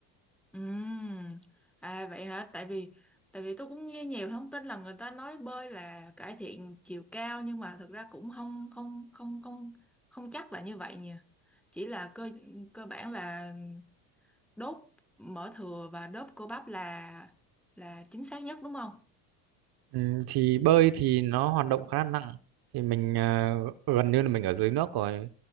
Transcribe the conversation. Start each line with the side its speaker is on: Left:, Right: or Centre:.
Centre: Ừm, À vậy hả? Tại vì tại vì tôi cũng nghe nhiều thông tin là người ta nói bơi là cải thiện chiều cao nhưng mà thực ra cũng không không không không không chắc là như vậy nhỉ. Chỉ là cơ cơ bản là đốt mỡ thừa và đốt cơ bắp là là chính xác nhất đúng không?
Right: Ừm, thì bơi thì nó hoạt động khá là nặng thì mình à, gần như là mình ở dưới nước rồi